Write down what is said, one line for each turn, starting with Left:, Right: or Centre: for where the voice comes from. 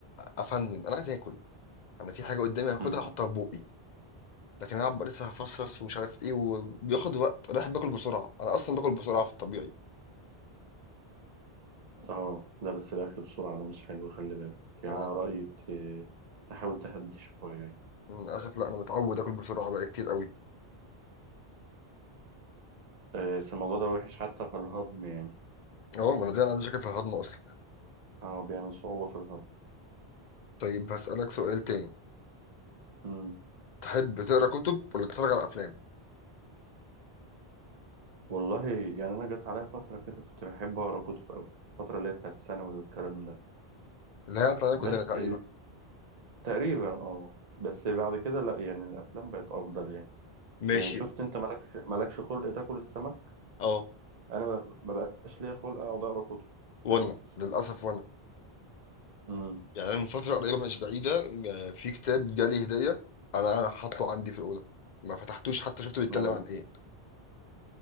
Left: افنن انا عايز اكل انا في حاجه قدامي هاخدها
Right: امم
Left: احطها في بقي لكن انا أبقى لسه هفصص ومش عارف ايه وبياخد وقت انا بحب اكل بسرعه انا اصلا باكل بسرعه في الطبيعي
Right: اه لا بس الأكل بسرعة ده مش حلو خلي بالك يعني
Left: انا
Right: أنا رأيي ت- تحاول تهدي شوية يعني.
Left: للاسف لا انا متعود اكل بسرعه بقى كتير قوي
Right: آه، بس الموضوع ده وحش حتى في الهضم يعني
Left: اه ما انا دي انا عندي مشاكل في الهضم اصلا
Right: اه بيعمل صعوبة في الهضم
Left: طيب هسالك سؤال تاني
Right: مم.
Left: تحب تقرا كتب ولا تتفرج على افلام
Right: والله يعني انا جت عليا فتره كده كنت بحب اقرا كتب قوي الفتره اللي هي بتاعت ثانوي والكلام ده
Left: اللي هي علينا كلنا
Right: بس
Left: تقريبا
Right: تقريبا اه بس بعد كده لا يعني الافلام بقت افضل يعني
Left: ماشي
Right: يعني شفت انت مالكش مالكش خلق تاكل السمك
Left: اه
Right: انا ما ما بقاش ليا خلق اقعد اقرا كتب
Left: وانا
Right: فاهم
Left: للاسف وانا
Right: امم
Left: يعني أنا من فتره قريبه مش بعيده آه، في كتاب جالي هديه انا حاطه عندي في الاوضه ما فتحتوش حتى شفته بيتكلم
Right: مر-
Left: عن ايه